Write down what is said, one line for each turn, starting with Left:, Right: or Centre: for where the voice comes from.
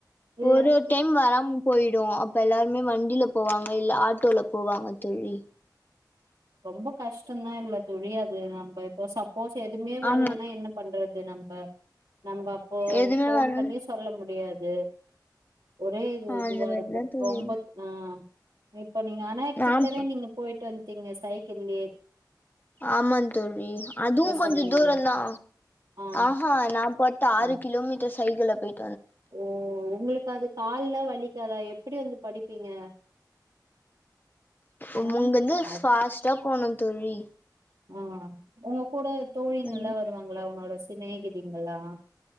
Right: இல்ல
Left: ஒரு டைம் வராம போயிடு அப்ப எல்லாருமே வண்டியில போவாங்க இல்ல ஆட்டோல போவாங்க தோழி
Right: ரொம்ப கஷ்டம்தா இல்ல தோழி அது நம்ம இப்போ சப் ப்போஸ் எதுவுமே வரலன்னா
Left: ஆமா
Right: என்ன பண்றது து நம்ப நம்ம அப்போ
Left: எதுமே
Right: ஃபோன்
Left: வர
Right: பண்ணி சொல்ல முடியா ஏ ஒரே இ
Left: ஆ
Right: இதுவா
Left: அந்த மாரிதா
Right: இருக்கு
Left: தோழி
Right: ரொம்ப ஆ மே போனீங்க ஆனா
Left: நா
Right: கிட்டவே நீங்க போயிட்டு வந்து திங்கஸ் சைக்கில்லே
Left: ஆமந்தோழி அதுவு கொஞ்ச
Right: சொன்னீங்களே
Left: தூரதா
Right: ஆ
Left: ஆஹா நாற்பத் ஆறு
Right: ஆ
Left: கிலோமீட்டர்ஸ் சைக்ள்ல போயிட்
Right: ஓ உங்களுக் காது கால்ல்லா வலிக்காதா எப்டி வந்து படிப்பீங்க
Left: உங்க
Right: ம்
Left: வந்து ஃபாஸ்ட்டா போணு தோழி
Right: ஆ உங்க கூட தோழிங்கல்லா
Left: ம்
Right: வருவாங்களா உன்னோட. சேத் சினேகிதிங்களா